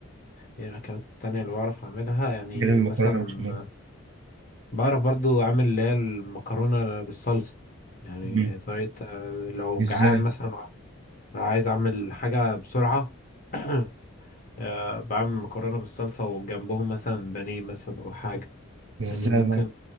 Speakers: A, on the left; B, on the right.
A: يعني الأكلات التانية اللي بعرف أعملها يعني
B: غير المكرونة
A: مثلا
B: والبشاميل
A: آه، بعرف برضو أعمل اللي هي المكرونة بالصلصة يعني
B: مم.
A: طريقة آه، لو
B: ازاي؟
A: جعان مثلا عايز أعمل حاجة بسرعة <clears throat> آه، بعمل مكرونة بالصلصة وجنبهم مثلا بانيه مثلا أو حاجة
B: ازاي
A: يعني ممكن
B: بقى؟